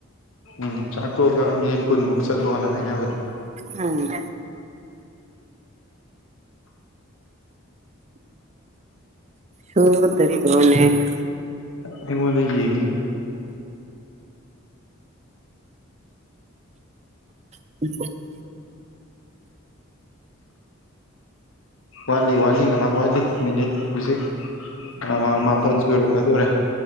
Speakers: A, on the left; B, on the right.
A: ꯎꯝ ꯆꯥꯇꯣꯛꯑꯒ ꯃꯤ ꯅꯤꯠ ꯀꯨꯟꯃꯨꯛ ꯆꯠꯂꯣꯅ ꯍꯥꯏꯅꯕꯅꯤ
B: ꯎꯝ ꯁꯨ ꯗꯔꯤꯕꯣꯅꯦ
A: ꯑꯩꯉꯣꯟꯗ ꯌꯦꯉꯤ
B: <unintelligible>
A: ꯋꯥꯠꯂꯤ ꯋꯥꯠꯂꯤ ꯉꯥꯏꯍꯥꯛ ꯋꯥꯠꯂꯤ ꯃꯤꯅꯤꯠ ꯍꯧꯖꯤꯛ ꯑ ꯃꯥꯄꯜ ꯁꯨ ꯀꯗꯧꯔꯦ